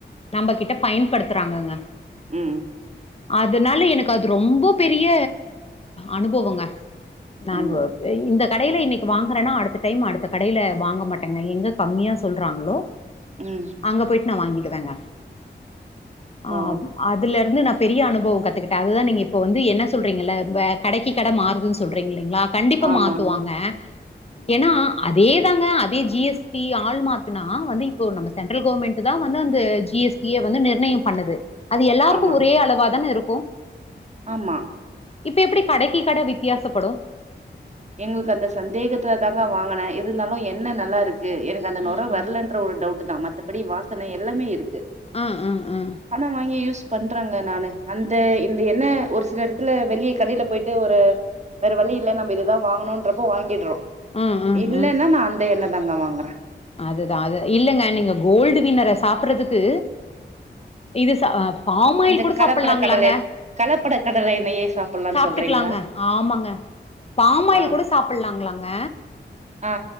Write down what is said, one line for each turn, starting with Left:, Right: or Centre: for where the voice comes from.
Left: நம்ம கிட் பயன்படுத்துறாங்கங்க
Right: ம்
Left: அதனால எனக்கு அது ரொம்ப பெரிய அனுபவங்க நான்
Right: ம்
Left: ஒப்பேயி இந்த கடையில இன்னைக்கு வாங்கறன்னா அடுத்த டைம் அடுத்த கடையில வாங்க மாட்டேங்க எங்க கம்மியா சொல்றாங்களோ
Right: ம்
Left: அங்க போயிட்டு நான் வாங்கி இதாங்க ஆஹ்
Right: ஓ
Left: அதுல இருந்து நா பெரிய அனுபவம் கத்துக்கிட்ட அதுதான் நீங்க இப்ப வந்து என்ன சொல்றீங்கள வே கடைக்கு கடை மாறுதுன் சொல்றீங்க இல்லிங்களா கண்டிப்பா
Right: ஆமாங்க
Left: மாத்துவாங்க ஏன்னா அதேதாங்க அதே ஜிஎஸ்டி ஆள் மார்க்குனா வந்து இப்போ நம்ம சென்ட்ரல் கவர்மெண்ட் தான் வந்து அந்த ஜி ஜிஎஸ்டிய வந்து நிர்ணயம் பண்ணுது அது எல்லாருக்கு
Right: ஆமாங்க
Left: ஒரே அளவா தான இருக் போ
Right: ஆமா
Left: இப்ப எப்டி கடைக்கு கடை வித்தியாசப்படும்
Right: எங்களுக்கு அந்த சந்தேகத்துல தாங்க வாங்கனே இருந்தாலும் என்ன நல்லா இருக்கு கு எனக்கு அந்த நொர
Left: ம், ம்.
Right: வரலன்ற ஒரு டவுட் தான் மத்த ப்படி வாசனை எல்லாமே இருக்கு
Left: ஆ, ஆ, ஆ,
Right: பணம் வாங்கி யூஸ் பண்றாங்க நானு அந்த இந்த என்ன ஒரு சில இடத்துல வெளிய கடையில போயிட்டு ஒரு வேற வழி இல்ல நம்ம இது தான் வாங்கணும்றப்ப வாங்கிடுறோம்
Left: ஆ, ஆ,
Right: இல்லைன்னா
Left: ஆ.
Right: நான் அந்த என்னது தங்க வாங்குற
Left: அதுதான் அது இல்லங்க நீங்க கோல்டு வின்னர சாப்பட்றதுக்கு இது ச பாம் ஆயில்
Right: இந்த
Left: கூட
Right: கலப்பட
Left: சாப்பிடலாங்களாங்க
Right: கடலை கலப்பட கடலை எண்ணெயே சாப்புட்லான்னு
Left: சாப்பிட்டுக்கலாங்க
Right: சொல்றீங்களா
Left: ஆமாங்க பாம் ஆயில்
Right: ஆ
Left: கூட சாப்பிடலாங்களாங்க
Right: ஆ